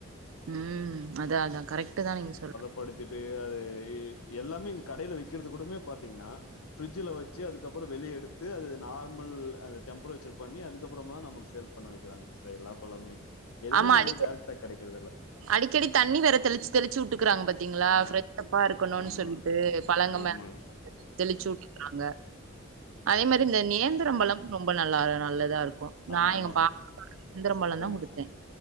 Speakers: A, on the right; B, on the left.
A: ம் அதா அதா கரெக்ட்டுதா நீங்க சொல்
B: பதப்படுத்தீட்டு அது எல்லாமே இங்க கடேல விக்கறது கூடமே பாத்தீங்கன்னா ஃபிரிட்ஜில வச்சி அதுக்கப்பறோ வெளிய எடுத்து அது நார்மல் அந்த டெம்ப்ரேச்சர் பண்ணி அதுக்கப்பறமதா நமக்கு சேல் பண்ண வெக்கிறாங்க சிஸ்டர் எல்லா பழமே எதுமே
A: ஆமா
B: நம்மளுக்கு
A: அடிக்க
B: டேரக்ட்டா கெடைக்றது இல்ல
A: அடிக்கடி தண்ணி வேற தெளிச்சி தெளிச்சி விட்டுக்குறாங்க பாத் தீங்ளா
B: ஆ.
A: ப்ரெஷ்ப்பா இருக்கணுன்னு
B: ஆமா.
A: சொல்லிட்டு பழங்க
B: ஆமாங்க.
A: மேல தெளிச்சிவுட்டுகிறாங்க அதே மாரி இந்த நேந்திரம் பழம் ரொம்ப நல்லா நல்லதா இருக்கு
B: ஆமாமா.
A: நா எங்க பாப்பாக்கு நேந்திரம்பழம்தா
B: சரி.
A: குடுத்தே